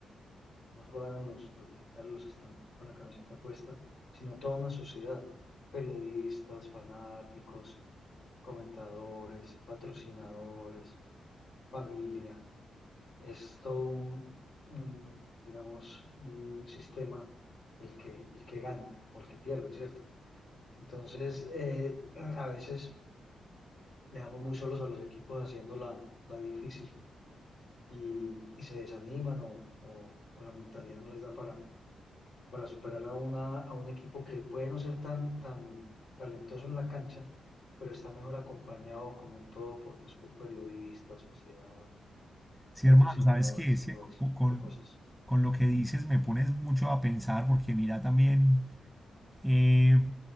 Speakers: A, on the left; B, in the centre.
A: no solo ganan los, los militares, los que están con la camiseta puesta, sino toda una sociedad, periodistas, fanáticos, comentadores, patrocinadores, familia es todo un, un, digamos, un sistema el que, el que gana o el que pierde, ¿cierto? Entonces, eh, <clears throat> a veces dejamos muy solos a los equipos haciendo la, la difícil y, y se desaniman o, o- o la mentalidad no les da para, para superar a, una, a un equipo que puede no ser tan, tan talentoso en la cancha, pero está mejor acompañado como un todo por, pues, por periodistas, sociedad,
B: Sí,
A: patrocinadores,
B: hermano, ¿sabes qué? Es que
A: todo
B: co-
A: ese
B: con,
A: tipo de cosas.
B: con lo que dices me pones mucho a pensar porque mira también, eh,